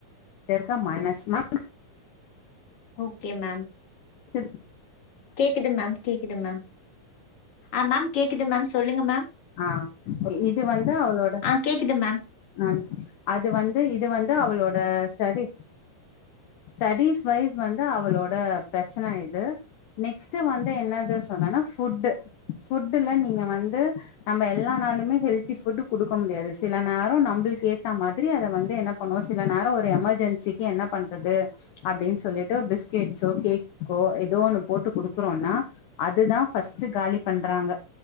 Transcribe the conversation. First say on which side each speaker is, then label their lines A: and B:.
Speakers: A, on the left (about 70°); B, on the left (about 45°).
A: யர்க்க மைனஸ் மேம்
B: ஓகே மேம்
A: கெது
B: கேக்குது மேம் கேக்குது மேம் ஆ மேம் கேக்குது மேம் சொல்லுங்க மேம்
A: ஆ இது வந்து அவ்ளோட
B: ஆ கேக்குது மேம்
A: அம் அது வந்து இது வந்து அவ்ளோட ஸ்டடி ஸ்டடிஸ் வைஸ் வந்து அவளோட ப்ரச்சன இது நெக்ஸ்ட்டு வந்து என்னது சொன்னன்னா ஃபுட்டு ஃபுட்டுல நீங்க வந்து நம்ப எல்லா நாளுமே ஹெல்தி ஃபுட்ட குடுக்க முடியாது சில நேரு நம்பள்க்கு ஏத்தா மாதிரி அத வந்து என்னப் பண்ணுவோ சில நேரோ ஒரு எமர்ஜென்சிக்கி என்ன பண்றது அப்டின் சொல்லிட்டு பிஸ்கட்ஸோ கேக்கோ ஏதோ ஒண்ணு போட்டு குடுக்றோனா அதுதா ஃபஸ்ட்டு காலி பண்றாங்க